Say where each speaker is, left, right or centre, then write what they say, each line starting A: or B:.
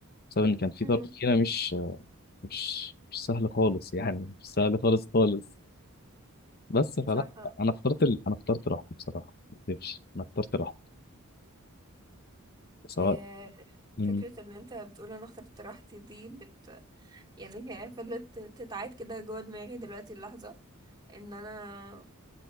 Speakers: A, on the left; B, on the right.
A: بسبب ان كان في
B: مم.
A: طرف فينا مش مش مش سهل خالص يعني مش سهل خالص خالص بس
B: مش
A: فلا
B: عارفة
A: انا اخترت ال... انا اخترت راحتي بصراحه ما اكذبش انا اخترت راحتي سواء
B: آه،
A: مم.
B: فكرة ان انت بتقول انا اخترت راحتي دي بت... يعني هي فضلت تتعاد كده جوه دماغي دلوقتي اللحظة ان انا